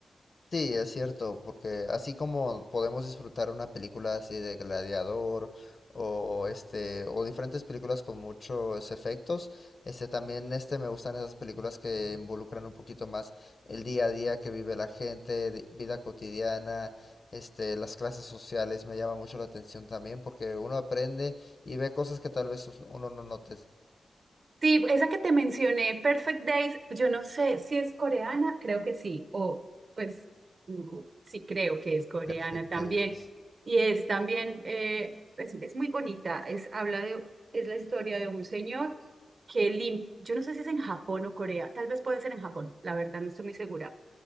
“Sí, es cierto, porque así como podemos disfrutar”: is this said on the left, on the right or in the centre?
Left